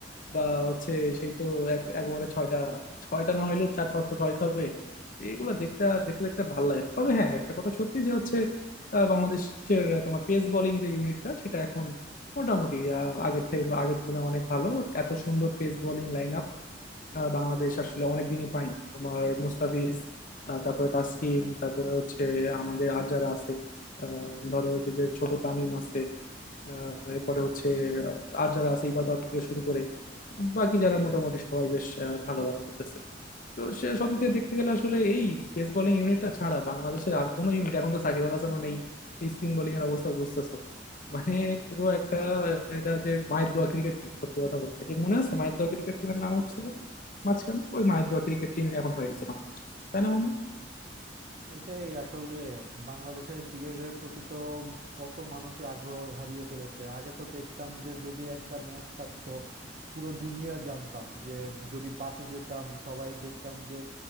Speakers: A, on the left; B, on the right.
A: বা হচ্ছে সেই তো এক একবারে ছয়টা ছয়টা না হইলেও চার পাঁচটা ছয় খাবে তো এইগুলো দেখতে দেখতে দেখতে ভালো লাগে না তবে হ্যাঁ একটা কথা সত্যি যে হচ্ছে আহ, বাংলাদেশের তোমার পেস বোলিং যে ইউনিটটা সেটা এখন মোটামুটি আহ, আগের থেকে আগের তুলনায় অনেক ভালো এত সুন্দর পেস বোলিং লাইন আহ বাংলাদেশ আসলে অনেকদিনই পাইনি তোমার মুস্তাফিজ আহ তারপরে তাসকিন তারপরে হচ্ছে আমাদের আর যারা আছে আহ ধরো যে যে ছোট তামিম আছে আহ এরপরে হচ্ছে আহ, আর যারা আছে ইবাদত থেকে শুরু করে বাকি যারা মোটামুটি সবাই বেশ আহ, ভালো ভালো করতেছে তো সে সব দিক থেকে দেখতে গেলে আসলে এই পেস বোলিং ইউনিটটা ছাড়া বাংলাদেশের আর কোনো ইউনিট এখন তো সাকিব আল হাসানও নেই স্পিন বোলিং এর অবস্থা বুঝতেছো মানে পুরো একটা এটা যে মায়ের দোয়া ক্রিকেট টিম সত্যি কথা বলতে যে মনে আছে মায়ের দোয়া ক্রিকেট টিমের নাম হচ্ছিল মাঝখানে ওই মায়ের দোয়া ক্রিকেট টিম এখন হয়ে গেছে বাংলাদেশ তাই না বন্ধু
B: এটাই আসলে বাংলাদেশের ক্রিকেটের প্রতি তো কত মানুষই আগ্রহ হারিয়ে ফেলেছে আগে তো দেখতাম যে যদি একটা ম্যাচ থাকতো পুরো দুনিয়া জানতাম যে যদি বাসে যেতাম সবাই দেখতাম যে